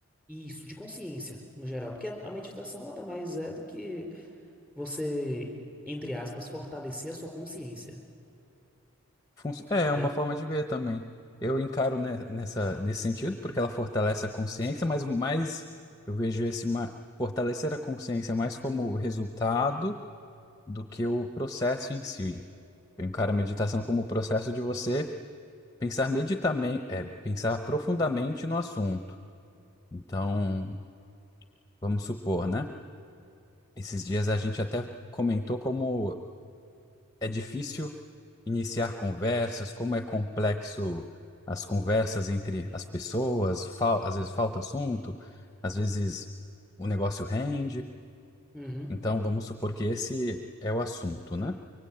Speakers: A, in the centre; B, on the left.
A: isso, de consciência, no geral. Porque a, a meditação nada mais é do que você, entre aspas, fortalecer a sua consciência,
B: Funci- É é
A: né?
B: uma forma de ver também. Eu encaro ne- nessa, nesse sentido, porque ela fortalece a consciência, mas mais eu vejo esse ma- fortalecer a consciência mais como resultado do que o processo em si. Eu encaro a meditação como o processo de você pensar meditamen- é, pensar profundamente no assunto. Então, vamos supor, né? Esses dias a gente até comentou como é difícil iniciar conversas, como é complexo as conversas entre as pessoas, fal- às vezes falta assunto, às vezes o negócio rende.
A: Uhum.
B: Então, vamos supor que esse é o assunto, né?